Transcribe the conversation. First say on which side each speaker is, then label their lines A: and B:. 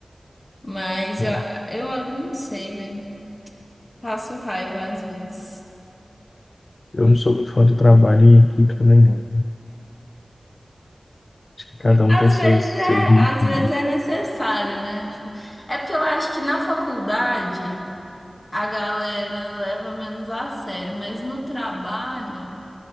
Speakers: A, on the left; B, on the left.
A: Mas
B: né?
A: eu, eu a- não sei, velho. Passo raiva às vezes.
B: Eu não sou muito fã do trabalho em equipe também, não. Acho que cada um
A: Às
B: tem seu,
A: vezes
B: seu
A: é,
B: ritmo,
A: às vezes é necessário, né? Tipo, é porque eu acho que na faculdade a galera leva menos a sério, mas no trabalho,